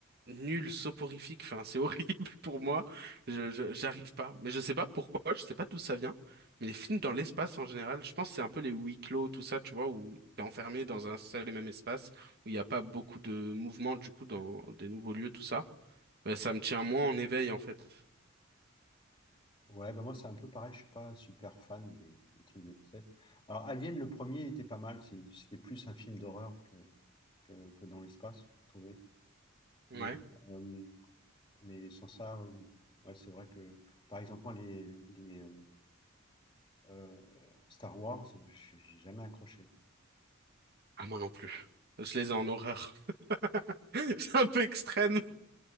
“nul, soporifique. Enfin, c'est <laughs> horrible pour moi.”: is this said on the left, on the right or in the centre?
Right